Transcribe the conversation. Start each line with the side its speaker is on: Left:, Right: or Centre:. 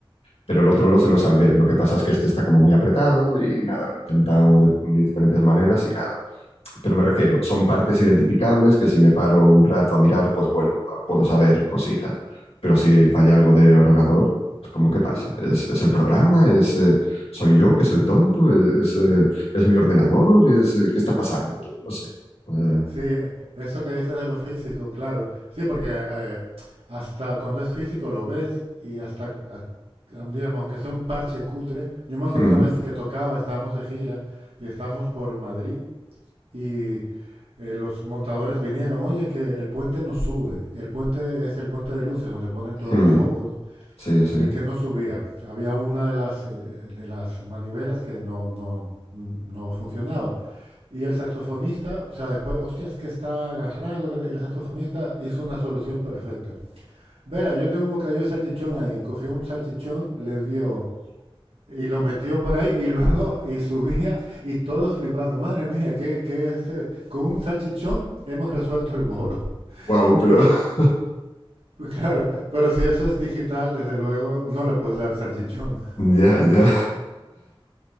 Left: Pero el otro lo, se lo salvé. Lo que pasa es que este está como muy apretado y nada, lo he intentado de, de diferentes maneras y nada. pero me refiero, son partes identificables que si me paro un rato a mirar, pues bueno, ah, puedo saber cositas. Pero si falla algo de ordenador, pues como qué pasa?
Right: Uf.
Left: ¿Es, es el programa? ¿Es, eh, ¿Soy yo que soy tonto? ¿Es, es, eh, ¿es mi ordenador? ¿Es, eh, ¿Qué está pasando? No sé. Eh,
Right: Sí, eh, eso que dices de lo físico, claro. Sí, porque eh, hasta cuando es físico lo ves y hasta, a- a- digamos, aunque sea un parche cutre. Yo me acuerdo
Left: hmm,
Right: una vez que tocaba, estábamos de gira y estábamos por Madrid y eh, los montadores vinieron, oye, que el puente no sube. El puente es el puente de luces donde ponen todos
Left: hmm,
Right: los focos
Left: sí, sí.
Right: y que no subía. Había una de las, eh, de eh, de las manivelas que no, no, no funcionaba. Y el saxofonista, o sea, después, hostia, es que está agarrado. que- El saxofonista hizo una solución perfecta. Verá, yo tengo un bocadillo de salchichón ahí. Cogió un salchichón, le dio y lo metió por ahí y luego y subía y todos flipando. Madre mía, ¿qué, qué es ser? Con un salchichón hemos resuelto el bolo. <laughs>
Left: Wow, pero
Right: Pero,
Left: <laughs>
Right: pues claro, pero si eso es digital, desde luego no le puedes dar salchichón.
Left: ya, ya.